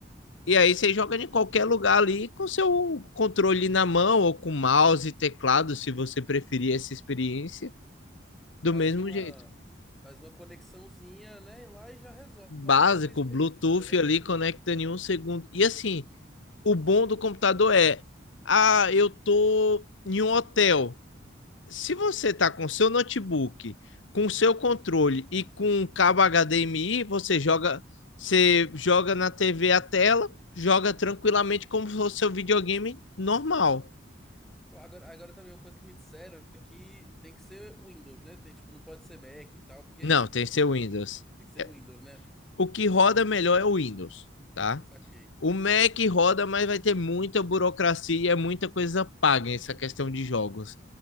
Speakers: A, on the left (about 80°); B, in the centre.
A: e aí você joga em qualquer lugar ali com seu controle na mão ou com mouse e teclado, se você preferir essa experiência, do
B: Faz
A: mesmo
B: uma,
A: jeito.
B: faz uma conexãozinha, né? E lá e já resolve
A: básico,
B: para ter experiência,
A: Bluetooth
B: né?
A: ali, conecta em um segundo. E assim, o bom do computador é, ah, eu tô em um hotel. Se você tá com seu notebook, com seu controle e com um cabo HDMI, você joga, você joga na TV a tela, joga tranquilamente como se fosse seu videogame normal.
B: Pô, Agora, agora também uma coisa que me disseram é que tem que ser Windows, né? Tem, tipo, não pode ser Mac e tal, porque
A: Não, tem seu Windows.
B: tem que ser
A: É,
B: Windows, né?
A: O que roda melhor é o Windows, tá?
B: Saquei.
A: O Mac roda, mas vai ter muita burocracia, muita coisa paga essa questão de jogos.